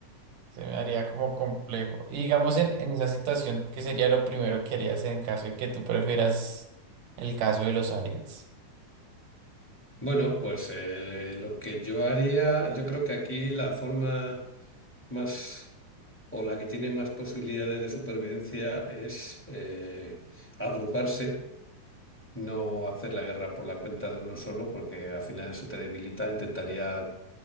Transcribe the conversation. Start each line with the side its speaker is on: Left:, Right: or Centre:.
Right: se me haría como complejo. Y digamos en, en esa situación, ¿qué sería lo primero que harías en caso de que tú prefieras el caso de los aliens?
Centre: Bueno, pues eh, lo que yo haría, yo creo que aquí la forma más o la que tiene más posibilidades de supervivencia es eh, agruparse, no hacer la guerra por la cuenta de uno solo, porque al final eso te debilita. Intentaría